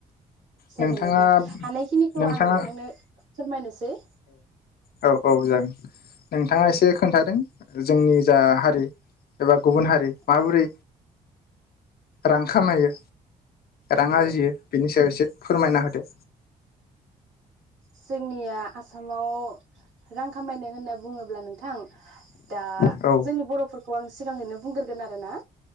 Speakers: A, on the right; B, on the left.
A: जागोन
B: नोंथाङा
A: नोंथां हानायखिनिखौ
B: नोंथाङा
A: आं नोंथांनो फोरमायनोसै
B: औ औ औ जागोन नोंथाङा एसे खोन्थादों जोंनि जा हारि एबा गुबुन हारि माबोरै
A: औ
B: रां खामायो रां
A: औ
B: आरजियो बिनि सायाव एसे फोरमायना होदो
A: जोंनिया आसामाव रां खामायनो होनना बुङोब्ला नोंथां दा
B: औ
A: जोंनि बर'फोर खौ आं सिगाङैनो बुंग्रोगोन आरोना